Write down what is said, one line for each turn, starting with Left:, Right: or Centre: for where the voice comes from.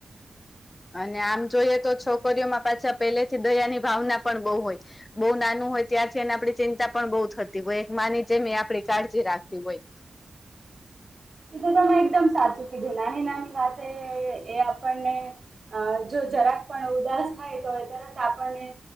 Left: અને આમ જોઈએ તો છોકરીઓમાં પાછા પહેલેથી દયા ની ભાવના પણ બો હોય બો નાનું હોય ત્યારથી એને આપડે ચિંતા પણ બો થતી હોય એક માની જેમ આપડી એ કાળજી રાખતી હોય
Right: એતો તમેં એકદમ સાચું કીધું નાની નાની વાતે એ આપણને અ જો જરાક પણ ઉદાસ થાય તો તરત આપણને